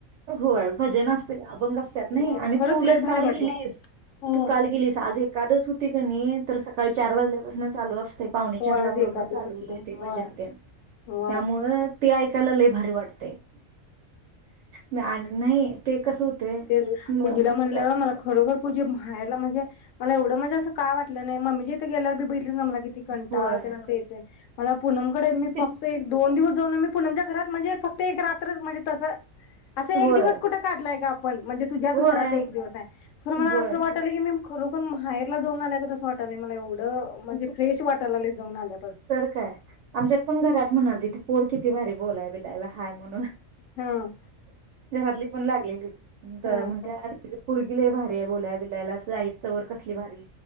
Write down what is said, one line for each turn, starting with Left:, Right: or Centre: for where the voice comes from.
Right: होय भजन असतंय अभंग असत्यातं ने
Left: होय
Right: आणि
Left: खरंच
Right: तू उलट
Left: लई भारी
Right: काल
Left: वाटलं.
Right: गेलीस
Left: हम्म
Right: तू काल गेलीस आज एकादस होती कणी तर सकाळी चार वाजल्यापासून न चालू अस ते पावणे
Left: होय
Right: चारला
Left: आज
Right: बरोबर
Left: एकादस
Right: चालू
Left: होती
Right: होतय
Left: होय
Right: ते भजन त्या
Left: होय.
Right: त्यामुळं ते ऐकायला लई भारी वाटतंय. ने आणं नाही ते कसं होतेय
Left: ते
Right: <unintelligible>
Left: पूजीला म्हणलं मला खरोखर पूजे माहेरला म्हणजे? मला एवढं म्हणजे असं काय वाटलं नाही मम्मीच्या हित गेल्यावर <unintelligible>
Right: होय
Left: <unintelligible> मला प पूनम कडे मी
Right: ते-
Left: फक्त एक दोन दिवस पूनम मी पूनमच्या परत म्हणजे फक्त एक रात्रच म्हणजे तसं. असं एक
Right: होय
Left: दिवस काढलय गं आप पण म्हणजे तुझ्याच
Right: होय
Left: घरात एक दिवस आहे खरं मला
Right: होय
Left: असं वाटय लागलंय कि मी खरोखरं माहेरला जाऊन आल्यागत असं वाट आणि मला एवढं म्हणजे फ्रेश वाटायल लागलेत. जाऊन आलयात.
Right: तर काय आमच्यात पण घरात म्हणाल तिथं पोर किती भारी बोलाय बिलायला हाय म्हणून.
Left: हम्म.
Right: घरातली पण लागलेलेत
Left: हं
Right: त म काय आज <unintelligible> पोरी. ल यभारी ये बलाय बिलायला स्लाईस. त वर कसली भारी.